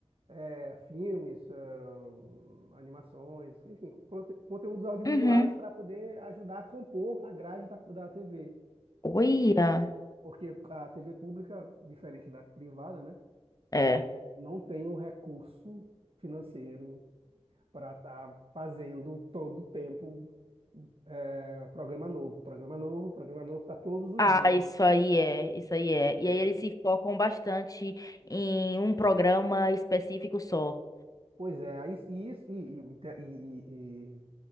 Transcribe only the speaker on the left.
Uhum.
Olha.
É.
Ah,
isso aí é, isso aí é.
E
aí eles se focam bastante em um programa específico só.